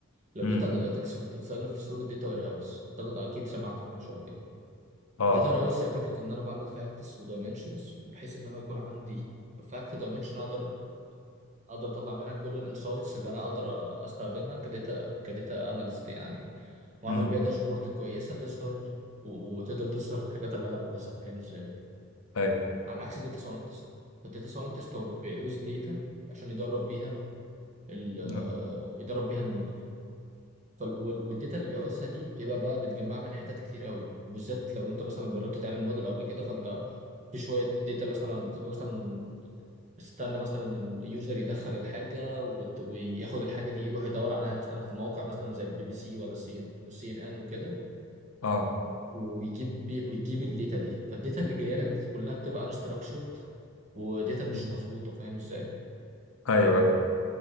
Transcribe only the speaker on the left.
امم
اه
امم
ايوه
امم
اه
مم.
آه. ايوه ايوه